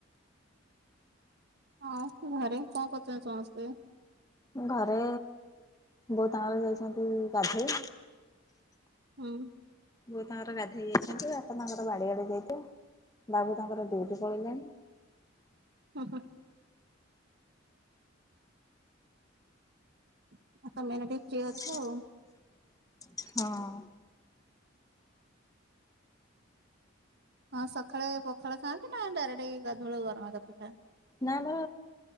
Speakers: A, on the right; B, on the left.
A: ହଁ ଘରେ କଣ କରୁଛନ୍ତି ସମସ୍ତେ?
B: ଘରେ ବୋଉ ତାଙ୍କର ଯାଇଛନ୍ତି ଗାଧୋଇ।
A: ହଁ।
B: ବୋଉ ତାଙ୍କର ଗାଧେଇ ଯାଇଛନ୍ତି ବାପା ତାଙ୍କର ବାଡ଼ିଆଡେ ଯାଇଥିଲେ ବାବୁ ତାଙ୍କର ଡ୍ୟୁଟି ପଳେଇଲୋଣି।
A: ହୁଁ ହୁଁ। <unintelligible>
B: ହଁ।
A: ଆଉ ହଁ ସକାଳେ ପଖାଳ ଖାଆନ୍ତି? ନା ଡାଇରେକ୍ଟ ଏଇ ଗାଧୁଳକୁ ଗରମ ଭାତ ଖାଆ
B: ନା ମ